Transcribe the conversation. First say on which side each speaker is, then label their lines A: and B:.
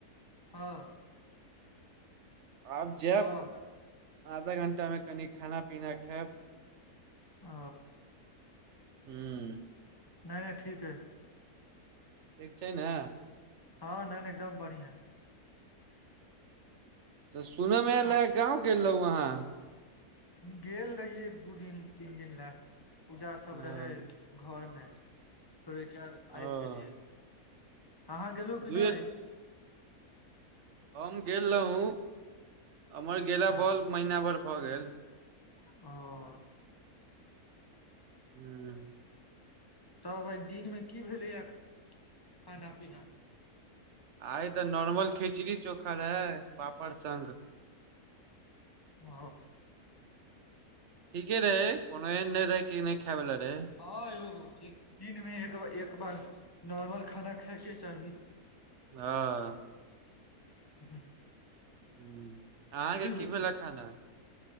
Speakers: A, on the left; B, on the right.
A: हँ
B: आब जैब
A: हँ
B: आधा घण्टा मे कनि खाना पीना खैब
A: ओ
B: हुँ
A: नय नय ठीक एय
B: ठीक छै ने
A: हँ नय - नय एकदम बढ़िया
B: तऽ सुनयमे आयले
A: सब
B: गाँंव गेल रहुँ अहाँ
A: गेल रहियै एक दू दिन तीन दिन लऽ पूजा सभ
B: ओ
A: रहै घर मे फेर ओहिके बाद आबि
B: ओ
A: गेलियै अहाँ गेलहु कि
B: दूए
A: नय
B: हम गेल रहौ हमर गेला
A: ओ
B: बर महीना भर भऽ गेल
A: ओ
B: हुँ
A: तब आइ दिनमे की भेलैए खाना पीना
B: आइ तऽ नॉर्मल खिचड़ी चोखा रहे पापड़ संग
A: ओ
B: ठीके रहे कोनो एहन नय रहै कि नय खाय वला रहै
A: हँ यौ एक दिन मे एक बार नॉर्मल खाना खायके चाही
B: हँ
A: हुँ
B: हुँ अहाँके की
A: होइ
B: भेलै
A: छै
B: खाना